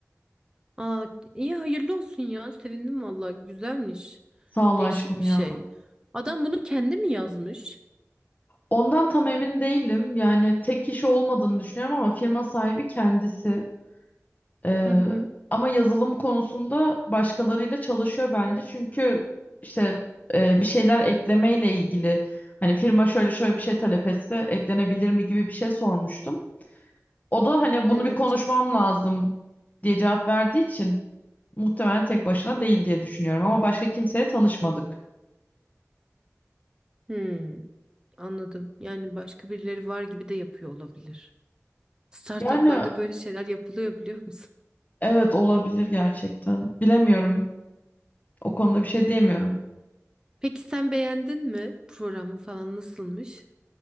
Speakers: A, on the right; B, on the left.
A: Aa, iyi hayırlı olsun ya sevindim vallahi güzelmiş.
B: Sağ ol
A: Değişik
B: aşkım
A: bir
B: ya.
A: şey. Adam bunu kendi mi yazmış?
B: Ondan tam emin değilim. Yani tek kişi olmadığını düşünüyorum ama firma sahibi kendisi. Ee,
A: Hı hı,
B: ama yazılım konusunda başkalarıyla çalışıyor bence. Çünkü işte e, bir şeyler eklemeyle ilgili hani firma şöyle şöyle bir şey talep etse eklenebilir mi gibi bir şey sormuştum. O da hani bunu
A: evet.
B: bir konuşmam lazım diye cevap verdiği için muhtemelen tek başına değil diye düşünüyorum ama başka kimseye tanışmadık.
A: Hmm, anladım. Yani başka birileri var gibi de yapıyor olabilir. Startuplarda
B: Yani
A: böyle şeyler yapılıyor biliyor musun?
B: evet olabilir gerçekten. Bilemiyorum. O konuda bir şey diyemiyorum.
A: E, peki sen beğendin mi? Programı falan nasılmış?